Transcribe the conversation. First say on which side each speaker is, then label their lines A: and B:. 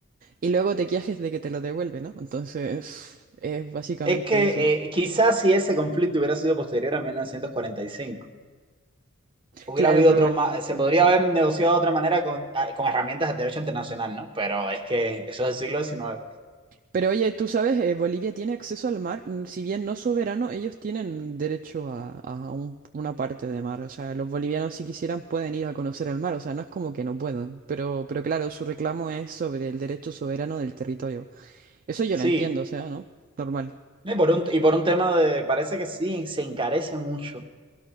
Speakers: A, on the right; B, on the right.
A: Y luego te quejas de que te lo devuelve, ¿no? Entonces, es básicamente
B: Es que
A: eso.
B: eh, quizás si ese conflicto hubiera sido posterior a 1945, hubiera
A: Claro,
B: habido
A: probablemente
B: otro más, se podría
A: sí.
B: haber negociado de otra manera con, ah, con herramientas del derecho internacional, ¿no? Pero es que eso es del siglo diecinueve.
A: Pero oye, tú sabes, eh, Bolivia tiene acceso al mar, mm, si bien no soberano, ellos tienen derecho a, a un- una parte de mar. O sea, los bolivianos si quisieran pueden ir a conocer el mar, o sea, no es como que no puedan. Pero, pero claro, su reclamo es sobre el derecho soberano del territorio. Eso yo
B: Sí,
A: lo entiendo, o sea, ¿no? Normal.
B: y por un, y por un tema de, parece que sí, se encarece mucho